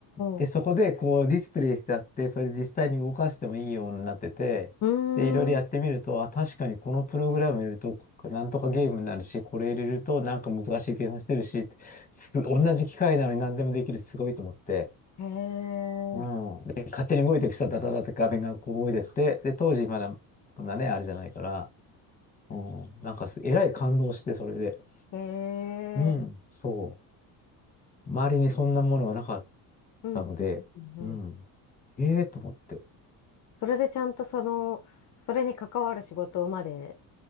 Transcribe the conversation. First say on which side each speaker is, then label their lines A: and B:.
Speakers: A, on the left (about 20°); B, on the left (about 40°).
A: で、
B: おー。
A: そこでこうディスプレイしてあって、それで実際に動かしてもいいようになってて、
B: うー
A: で、いろいろやってみると、
B: ん。
A: あ、確かにこのプログラム入れると、なんとかゲームになるし、これ入れるとなんか難しい計算してるしって、す同じ機械なのに何でもできる、すごいと思って。
B: へえ。
A: うん。で、勝手に動いていく人はダダダって画面がこう動いてって、で、当時まだこんなね、あれじゃないから、うん、なんかす、えらい感動して、それで。
B: へえ。
A: うん、そう。周りにそんなものがなかっ
B: うん。
A: たので、
B: うんうん。
A: うん。ええと思って。
B: それでちゃんとその、それに関わる仕事まで